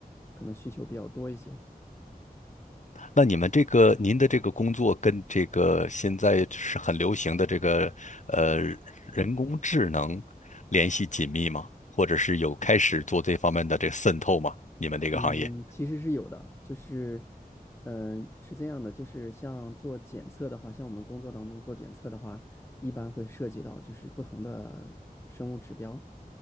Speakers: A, on the left (about 15°); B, on the left (about 50°).
A: 可能需求比较多一些。
B: 那你们这个您的这个工作跟这个现在是很流行的这个呃人工智能联系紧密吗？或者是有开始做这方面的这个渗透吗？你们这个行业？
A: 嗯，其实是有的，就是，嗯、是这样的，就是像做检测的话，像我们工作当中做检测的话，一般会涉及到就是不同的生物指标，